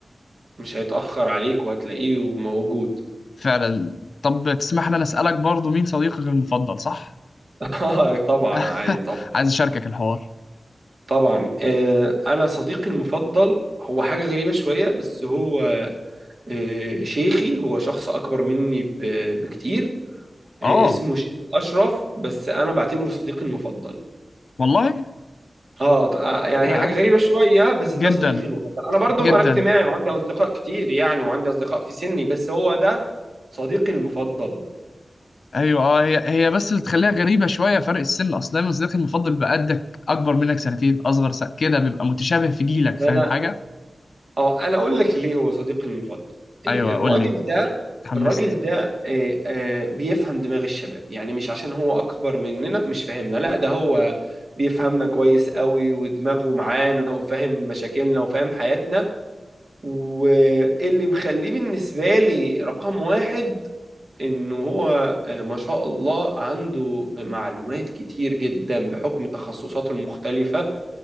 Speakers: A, on the right; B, on the left.
A: مش هيتأخر عليك وهتلاقيه موجود
B: فعلا طب تسمح لي انا اسالك برضو مين صديقك المفضل صح
A: <laughs> اه طبعا عادي
B: <laughs>
A: طبعا
B: عايز اشاركك الحوار
A: طبعا آه انا صديقي المفضل هو حاجة غريبة شوية بس هو آه شيخي هو شخص اكبر مني ب- بكتير آه
B: اه
A: اسمه الشيخ اشرف بس انا بعتبره صديقي المفضل
B: والله
A: اه ط- آه، يعني
B: يا
A: هي حاجه غريبه شويه بس
B: جدا
A: ده صديقي المفضل انا برضو
B: جدا
A: انا اجتماعي وعندي اصدقاء كتير يعني وعندي اصدقاء في سني بس هو ده صديقي المفضل
B: ايوه اه هي هي بس اللي تخليها غريبه شويه فرق السن اصل دايما صديقك المفضل بقدك اكبر منك سنتين اصغر س... كده بيبقى متشابه في جيلك فاهم
A: انا
B: حاجه
A: اه انا اقول لك ليه هو صديقي المفضل إيه،
B: ايوه
A: الراجل
B: قول لي
A: ده
B: اتحمست
A: الراجل ده إيه، آه، بيفهم دماغ الشباب يعني مش عشان هو اكبر مننا مش فاهمنا لا ده هو بيفهمنا كويس قوي ودماغه معانا وفاهم مشاكلنا وفاهم حياتنا واللي مخليه بالنسبه لي رقم واحد انه هو آه، ما شاء الله عنده معلومات كتير جدا بحكم تخصصاته المختلفة